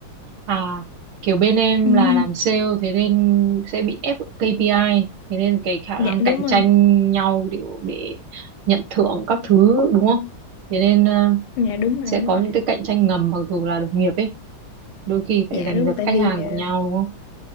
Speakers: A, on the right; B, on the left.
A: à kiểu bên em
B: Ừ.
A: là làm sale thế nên sẽ bị ép KPI thế nên cái khả
B: dạ
A: năng
B: đúng
A: cạnh
B: rồi
A: tranh nhau để để nhận thưởng các thứ đúng không thế nên ờ,
B: dạ đúng rồi
A: sẽ
B: đúng
A: có những
B: rồi
A: cái cạnh tranh ngầm mặc dù là đồng nghiệp ấy đôi khi phải
B: dạ
A: giành
B: đúng
A: giật
B: rồi tại
A: khách
B: vì
A: hàng của
B: ờ,
A: nhau đúng không